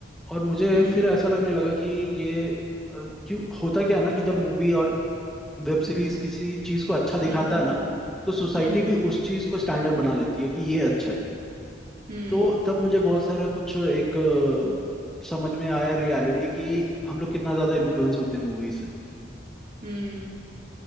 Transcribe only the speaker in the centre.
और मुझे
फिर
ऐसा लगने लगा कि ये अ, क्यों होता क्या है ना कि जब मूवी और वेब सीरीज किसी चीज को अच्छा दिखाता
है ना तो सोसाइटी
भी उस चीज को स्टैंडर्ड बना लेती है कि ये अच्छा है
तो
तब मुझे बहुत सारा कुछ एक अ, समझ में आया रियलिटी कि हम लोग कितना ज्यादा इन्फ्लुएंस होते हैं मूवी से